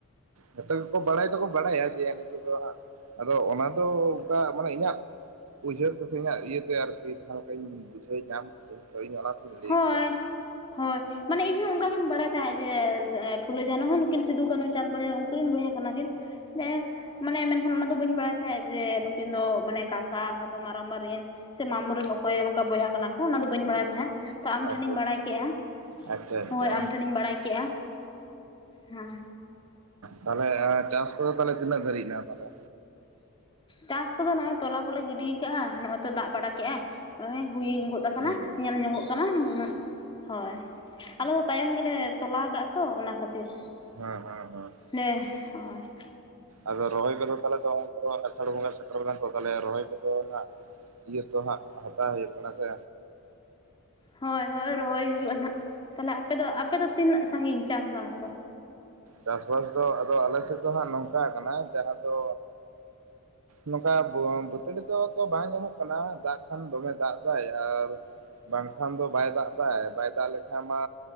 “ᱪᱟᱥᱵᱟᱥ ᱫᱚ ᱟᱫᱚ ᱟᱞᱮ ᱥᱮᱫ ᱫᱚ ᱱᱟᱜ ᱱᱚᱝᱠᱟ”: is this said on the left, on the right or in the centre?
Right